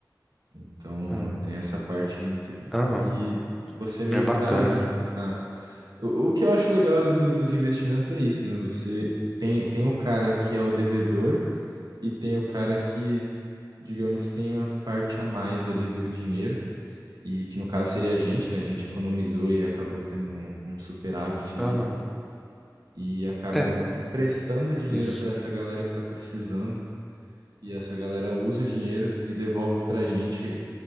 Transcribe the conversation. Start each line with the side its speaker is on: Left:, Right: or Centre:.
Right: Então,
Centre: Ah,
Right: tem essa parte inte-
Centre: Aham,
Right: que você meio
Centre: é bacana.
Right: que está ajudando. Ah, o, o que eu acho legal ali do- dos investimentos é isso, né? Você tem, tem o cara que é o devedor e tem o cara que digamos, tem a parte a mais ali do dinheiro, e que no caso seria a gente, né? A gente economizou e acabou tendo um, um superávit
Centre: Aham,
Right: ali, e acaba
Centre: é,
Right: emprestando dinheiro
Centre: isso.
Right: para essa galera que está precisando, e essa galera usa o dinheiro e devolve para a gente